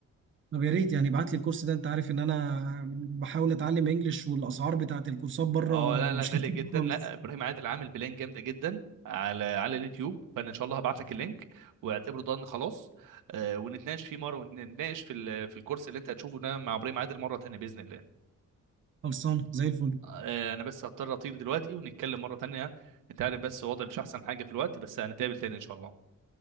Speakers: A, on the right; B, on the right.
A: طب يا ريت يعني ابعت لي الكورس ده انت عارف ان انا بحاول اتعلم انجليش والاسعار بتاعت الكورسات بره
B: اه لا لا
A: مش
B: غالية
A: <laughs> لطيفة
B: جدا
A: خالص
B: لا ابراهيم عادل عامل بلان جامدة جدا على على اليوتيوب فانا ان شاء الله هبعت لك اللينك واعتبره ضن خلاص آه ونتناقش فيه مرة ونتناقش في ال- في الكورس اللي انت هتشوفه ده مع ابراهيم عادل مرة تانية بإذن الله
A: خلصانه زي الفل
B: آه انا بس هضطر اطير دلوقتي ونتكلم مرة تانية انت عارف بس وضعي مش احسن حاجة في الوقت بس هنتقابل تاني ان شاء الله